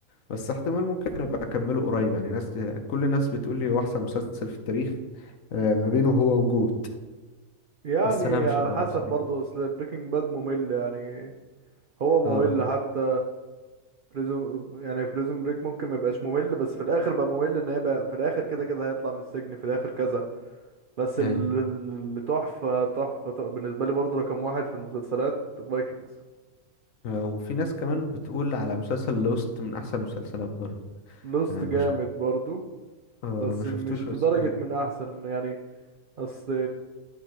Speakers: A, on the left; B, on the right.
A: بس احتمال ممكن أبقى أكمله قريب يعني ناس كل الناس بتقول لي هو أحسن مسلسل في التاريخ آه، ما بينه هو وجوت
B: يعني
A: بس أنا مش
B: على
A: عارف
B: حسب
A: بصراحة
B: برضه اصل بريكنج باد ممل يعني هو ممل
A: اه
B: حتى بريزون يعني بريزون بريك ممكن ما يبقاش ممل بس في الاخر بقى ممل ان هي بقى في الاخر كده كده هيطلع من السجن في الاخر كذا بس
A: أيوه
B: ال- اللي تحفة تحفة تحفة بالنسبة لي برضه رقم واحد في المسلسلات فايكنجز
A: آه، وفي ناس كمان بتقول على مسلسل لوست من أحسن المسلسلات برضه
B: لوست
A: أنا
B: جامد
A: ما شف-
B: برضه
A: آه،
B: بس
A: أنا ما شفتوش
B: مش
A: بس
B: لدرجة من احسن يعني اصل